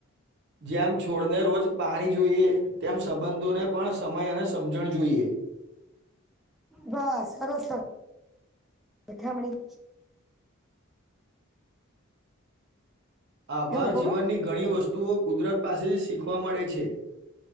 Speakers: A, on the right; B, in the centre.
A: જેમ છોડને રોજ પાણી જોઈએ તેમ સંબંધોને પણ સમય અને સમજણ જોઈએ
B: બસ સરસ છે ઠમણી
A: <inaudible> આભાર
B: હેલો
A: જીવનની ઘણી વસ્તુઓ કુદરત પાસે જ શીખવા મળે છે